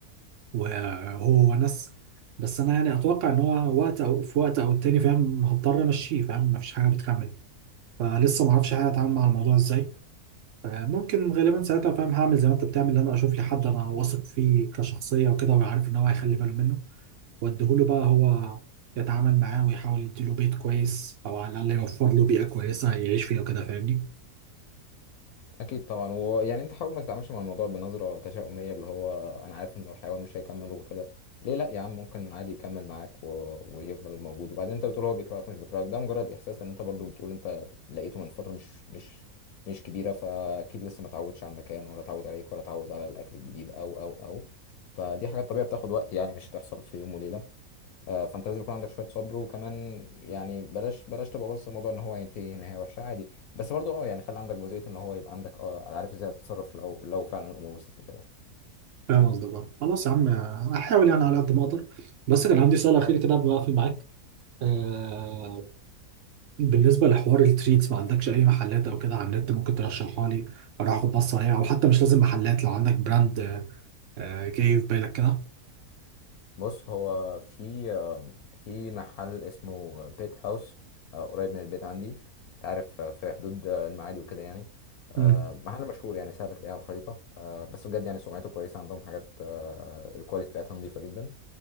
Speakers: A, on the right; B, on the left.
A: وهو ونس بس انا يعني اتوقع ان هو وقت او في وقت او التاني فاهم هضطر امشيه فاهم مفيش حاجه بتكمل فلسه ما اعرفش حاجه اتعامل مع الموضوع ازاي آه، ممكن غالبا ساعتها فاهم هعمل زي ما انت بتعمل ان انا اشوف لي حد انا واثق فيه كشخصيه وكده وعارف ان هو هيخلي باله منه واديهوله بقى هو يتعامل معاه ويحاول يديله بيت كويس او على الاقل يوفر له بيئه كويسه يعيش فيها وكده فاهمني
B: اكيد طبعا ويعني انت حاول ما تتعاملش مع الموضوع بنظره تشاؤميه اللي هو انا عارف ان الحيوان مش هيكمل وكده ليه لا يا عم ممكن عادي يكمل معاك و... ويفضل موجود وبعدين انت بتقول هو بيكرهك مش بيكرهك ده مجرد احساس ان انت برضو بتقول انت لقيته من فتره مش مش مش كبيره فاكيد لسه ما اتعودش على المكان ولا اتعود عليك ولا اتعود على الاكل الجديد او او او فدي حاجات طبيعيه بتاخد وقت يعني مش هتحصل في يوم وليله آه، فانت لازم يكون عندك شويه صبر وكمان يعني بلاش بلاش تبقى بص الموضوع ان هو هينتهي نهايه وحشه عادي بس برضه اه يعني خلي عندك جزئيه ان هو يبقى عندك اه عارف ازاي هتتصرف لو لو فعلا الامور وصلت لكده
A: فاهم قصدك بقى. خلاص يا عم آه، هحاول يعني على قد ما اقدر بس كان عندي سؤال اخير كده قبل ما اقفل معاك آه، بالنسبة لحوار التريتس ما عندكش أي محلات أو كده على النت ممكن ترشحها لي أروح أخد بصة عليها أو حتى مش لازم محلات لو عندك براند آه، جاي في بالك كده
B: بص هو في في محل اسمه بيت هاوس آه، قريب من البيت عندي انت عارف آه، في حدود آه، المعادي وكده يعني آه،
A: مم.
B: محل مشهور يعني سهل تلاقيه على الخريطة آه، بس بجد يعني سمعته كويسة عندهم حاجات آه، الكواليتي بتاعتها نظيفة جدا